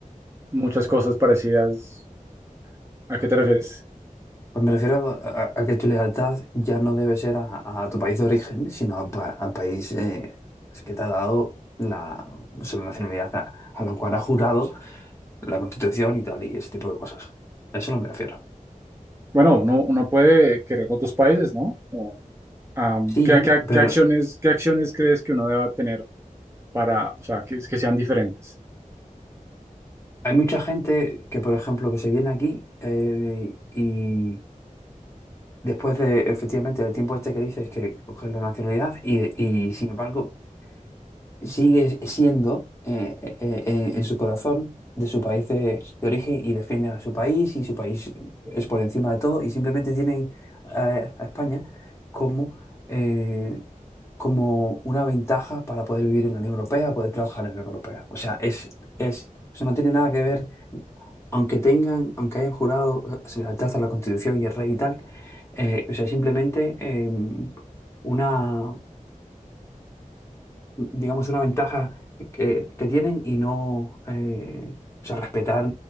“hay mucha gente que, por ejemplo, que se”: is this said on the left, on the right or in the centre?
Left